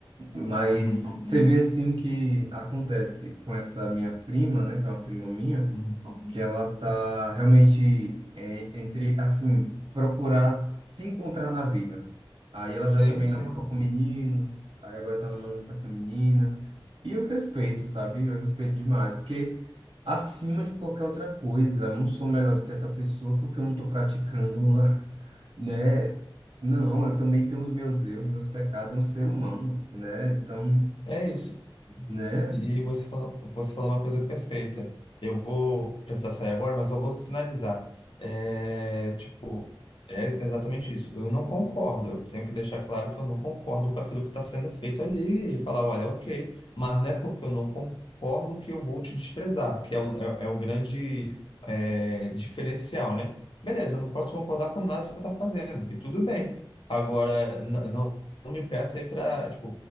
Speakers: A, on the right (about 70°); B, on the left (about 65°).
A: Mas
B: uhum,
A: você vê assim que acontece com essa minha prima, né, que é uma prima minha,
B: uhum.
A: que ela tá realmente é, entre assim, procurar se encontrar na vida. Aí ela já
B: Sim,
A: também
B: sim.
A: namorou com meninos, aí agora tá namorando com essa menina. E eu respeito, sabe? Eu respeito demais, porque acima de qualquer outra coisa. Eu não sou melhor do que essa pessoa porque eu não estou praticando, <laughs> né? Não, eu também tenho os meus erros, meus pecados, é um ser humano, né? Então,
B: É isso.
A: né?
B: E você falou, você falou uma coisa perfeita. Eu vou precisar sair agora, mas eu vou finalizar. É, tipo, é exatamente isso. Eu não concordo. Eu tenho que deixar claro que eu não concordo com aquilo que está sendo feito ali e falar, olha, ok, mas não é porque eu não concordo que eu vou te desprezar, que é o, é, é o grande é, diferencial, né? Beleza, eu não posso concordar com nada que você está fazendo, e tudo bem. Agora, n- não não me peça aí para,